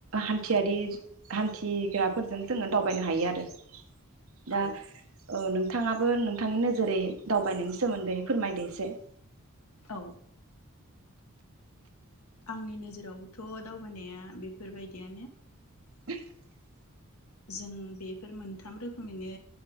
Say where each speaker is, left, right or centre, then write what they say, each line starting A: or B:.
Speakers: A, on the right (about 70°); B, on the left (about 80°).
A: हान्थियारि हान्थिग्राफोरजों जोङो दावबायनो हायो आरो दा
B: औ
A: औ नोंथाङाबो नोंथांनि नोजोरै दावबायनायनि सोमोन्दै फोरमायदो एसे <inaudible>
B: औ आंनि नोजोरावबोथ' दावबायनाया बे बेफोरबायदियानो
A: <inaudible>
B: जों बेफोर मोनथाम रोखोमैनो